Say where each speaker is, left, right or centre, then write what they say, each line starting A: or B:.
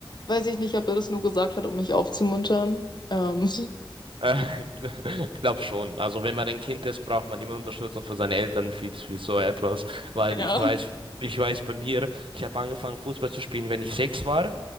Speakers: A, on the left; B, on the right.
A: weiß ich nicht, ob er das nur gesagt hat, um mich aufzumuntern. Ähm,
B: Äh, Glaub schon. Also wenn man ein Kind ist, braucht man immer Unterstützung von seinen Eltern für, für so etwas. Weil
A: <laughs> ja.
B: ich weiß, ich weiß bei mir, ich habe angefangen Fußball zu spielen, wenn ich sechs war.